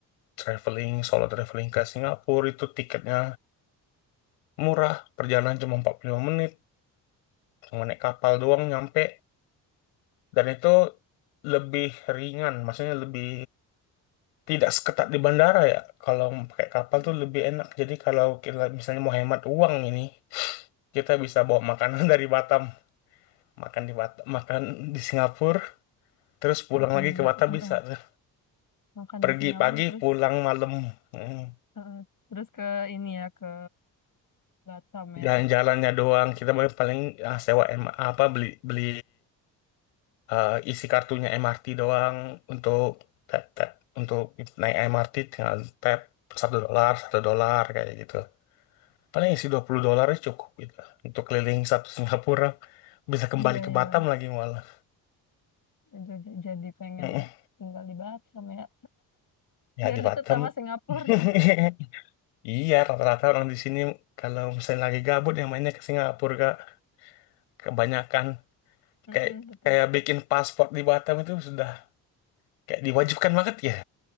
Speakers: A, on the left (about 75°); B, on the left (about 40°).
A: traveling, solo traveling ke Singapura itu tiketnya murah. Perjalanan cuma 45 menit, cuma naik kapal doang nyampe. Dan itu lebih ringan, maksudnya lebih tidak seketat di bandara ya. Kalau pakai kapal
B: Hmm.
A: tuh lebih enak. Jadi kalau kita misalnya mau hemat uang ini, kita bisa bawa makanan <laughs> dari Batam makan di Batam makan di Singapura terus pulang
B: makan
A: lagi
B: di Ba-
A: ke Batam
B: eh,
A: bisa tuh.
B: makan
A: pergi
B: di Singapura
A: pagi
B: terus
A: pulang malam Hmm.
B: eh, terus ke ini ya ke Batam ya.
A: jalan-jalannya doang kita paling paling, ah, sewa M- apa beli beli eh, isi kartunya MRT doang untuk tap tap untuk naik MRT tinggal tap satu dolar satu dolar kayak gitu paling isi 20 dolar cukup gitu untuk keliling satu Singapura bisa kembali
B: Iya,
A: ke
B: iya.
A: Batam lagi malah
B: Jadi, jadi pengen
A: Mm-mm.
B: tinggal di Batam ya.
A: Ya
B: Biar
A: di
B: deket
A: Batam.
B: sama Singapura.
A: <laughs>
B: <laughs>
A: Iya, rata-rata orang di sini kalau misalnya lagi gabut yang mainnya ke Singapura, Kak. Kebanyakan
B: Mm-mm,
A: kayak
B: betul,
A: kayak
B: betul.
A: bikin paspor di Batam itu sudah kayak diwajibkan banget ya.